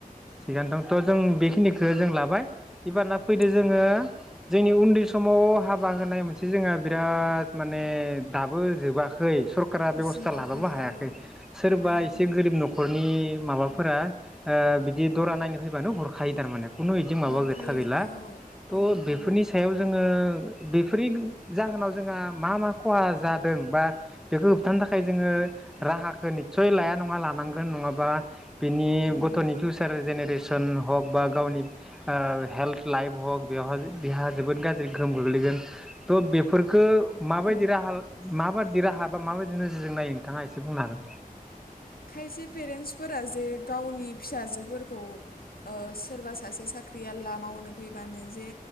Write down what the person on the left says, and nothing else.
औ
जोबाखै
औ
हायाखै
हरखायो
औ
औ
औ
लानांगौ
औ
खायसे पेरेन्टसफोरा जे गावनि फिसाजोफोरखौ सोरबा सासे सा साख्रियाला मावनो फैबानो जे